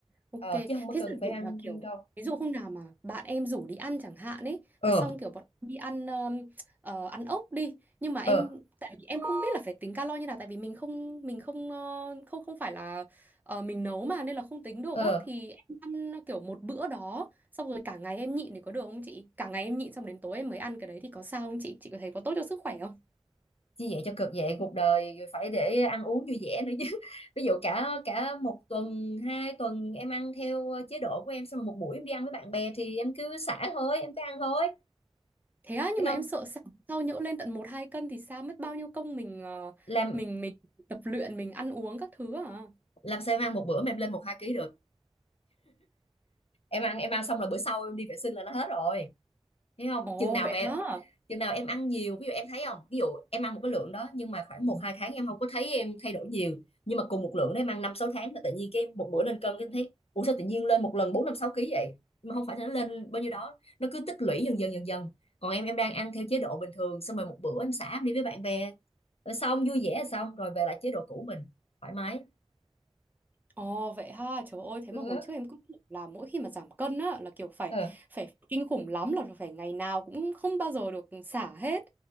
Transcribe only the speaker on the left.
ờ, chứ không có
cần
phải
ăn
riêng
đâu
ờ
ờ
ờ
như vậy cho cực vậy cuộc đời phải để ăn uống vui vẻ nữa chứ <laughs> ví dụ cả cả một tuần hai tuần em ăn theo chế độ của em xong rồi một buổi em đi ăn với bạn bè thì em cứ xả thôi em cứ ăn thôi
Thấy
không
làm
làm sao em ăn một bữa mà em lên một hai ký được em ăn em ăn xong là bữa sau em đi vệ sinh là nó hết rồi thấy không
chừng nào
mẹ
chừng nào em ăn nhiều ví dụ em thấy không ví dụ em ăn một cái lượng đó nhưng mà khoảng một hai tháng em không có thấy em thay đổi nhiều nhưng mà cùng một lượng đó em ăn năm sáu tháng là tự nhiên cái em một bữa lên cân cái em thấy ủa sao tự nhiên lên một lần bốn năm sáu ký vậy nhưng mà không phải là nó lên bao nhiêu đó nó cứ tích lũy dần dần dần dần còn em em đang ăn theo chế độ bình thường xong rồi một bữa em xả em đi với bạn bè rồi xong vui vẻ xong rồi về lại chế độ cũ mình thoải mái
ừ.
ờ